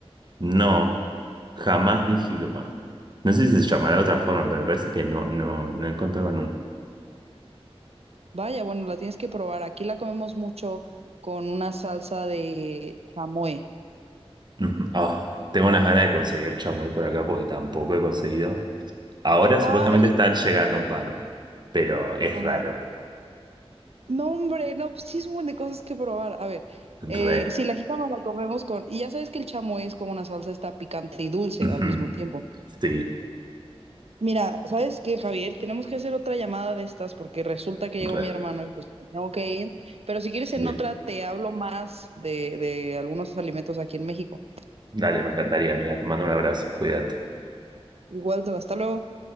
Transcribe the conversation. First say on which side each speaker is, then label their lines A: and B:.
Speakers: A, on the right; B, on the right.
A: No, jamás vi jícama. No sé si se llamará de otra forma, pero me parece que no, no, no he encontrado
B: Vaya, bueno, la tienes que probar. Aquí la comemos mucho con una salsa de chamoy.
A: <laughs> Ujú. Ah, tengo unas ganas de conseguir chamoy por acá porque tampoco he conseguido. Ahora supuestamente
B: Ay, no.
A: están llegando un par, pero es
B: Ajá.
A: raro.
B: No, hombre, no, pues sí es un montón de cosas que probar. A ver,
A: Re.
B: eh, si la jícama la comemos con... Y ya sabes que el chamoy es como una salsa, está picante y dulce
A: <laughs> Ujú.
B: al mismo tiempo.
A: Sí,
B: Mira, ¿sabes qué, Javier? Tenemos que hacer otra llamada de estas porque resulta que llegó
A: re.
B: mi hermano y pues tengo que ir. Pero si quieres en
A: Bien.
B: otra, te hablo más de, de algunos alimentos aquí en México.
A: Dale, me encantaría, amiga. Te mando un abrazo. Cuídate.
B: Igual, hasta luego.